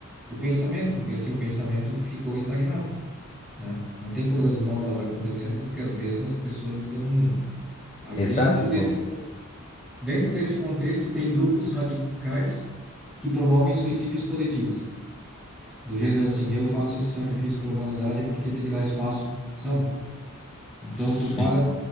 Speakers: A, in the centre; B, on the left.
A: o pensamento, porque assim o pensamento ficou estagnado, né? Não tem coisas novas acontecendo porque as mesmas pessoas estão no mundo. Aí
B: Exato,
A: dentro
B: pô.
A: desse dentro desse contexto tem grupos radicais que promovem suicídios coletivos, do gênero assim, eu faço esse sacrifício pela humanidade porque tem que dar espaço, sabe? Então
B: Sim.
A: tu para